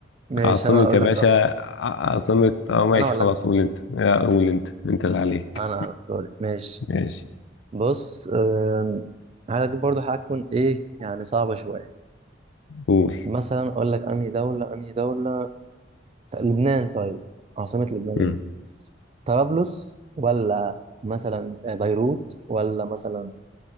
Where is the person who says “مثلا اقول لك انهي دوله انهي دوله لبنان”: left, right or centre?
Right